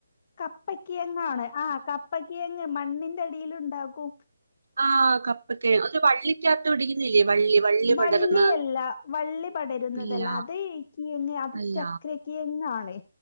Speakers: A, on the left; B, on the right.
A: കപ്പക്കേങ്ങാണ് ആഹ് കപ്പക്കേങ്ങ് മണ്ണിന്റടീല് ഉണ്ടാക്കു
B: ആഹ് കപ്പക്കെ അതൊര് വള്ളിക്കാത്ത് പിടിക്കുന്നെല്ലേ വള്ളി വള്ളി
A: വള്ളിയല്ല
B: പടർന്ന്
A: വള്ളി പടരുന്നതല്ല
B: അല്ല
A: അത് കീങ്ങ് അത്
B: അല്ല
A: ചക്രെ എങ്ങാണ്